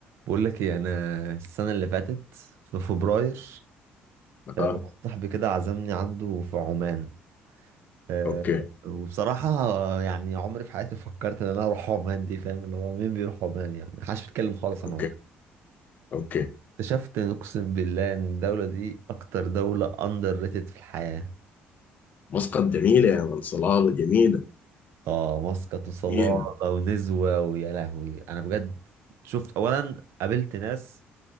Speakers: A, on the right; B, on the left.
A: بقول لك ايه انا السنه اللي فاتت في فبراير آه،
B: اه
A: واحد صاحبي كده عزمني عنده في عمان آه،
B: اوكي
A: وبصراحه آه، يعني عمري في حياتي ما فكرت ان انا اروح عمان دي فاهم اللي هو مين بيروح عمان يعني محدش بيتكلم خالص
B: اوكي
A: عن عمان
B: اوكي
A: اكتشفت إن اقسم بالله ان الدوله دي اكتر دوله اندر ريتد في الحياه
B: مسقط جميلة يا من صلالة جميلة
A: اه مسقط وصلالة
B: جميلة
A: ونزوة ويا لهوي انا بجد شفت اولا قابلت ناس